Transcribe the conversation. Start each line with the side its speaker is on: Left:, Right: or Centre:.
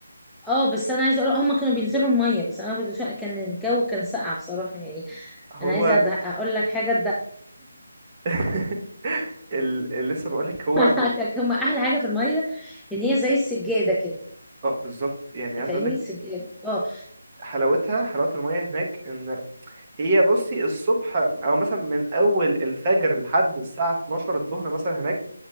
Centre: اه بس انا عايزه اقول هم كانوا بينزلوا الميه بس انا كنت شا... كان الجو كان ساقع بصراحه يعني
Right: هو
Centre: انا عايزه أدق- اقول لك حاجه
Right: <laughs> ال- اللي لسه بقولك هو
Centre: تدققك
Right: ب...
Centre: <laughs> هم احلى حاجه في الميه ان هي زي السجاده كده
Right: اه بالظبط يعني عايز
Centre: فاهمني
Right: اقولك
Centre: سجاد اه
Right: حلاوتها حلاوة المية هناك ان هي بصي الصبح او مثلا من اول الفجر لحد الساعة 12 الظهر مثلا هناك